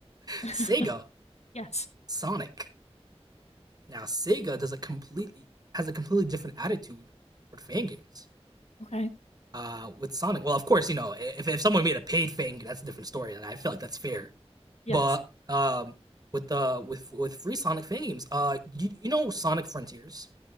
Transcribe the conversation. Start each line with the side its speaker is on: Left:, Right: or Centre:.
Right: <laughs>
Left: <laughs>
Right: Sega
Left: yes.
Right: Sonic. Now, Sega does a completely has a completely different attitude toward fan games.
Left: Okay.
Right: Uh, with Sonic, well, of course, you know, if, if someone made a paid fan game, that's a different story, and I feel like that's fair.
Left: Yes.
Right: But um, with the with with free Sonic games, uh, you, you know Sonic Frontiers,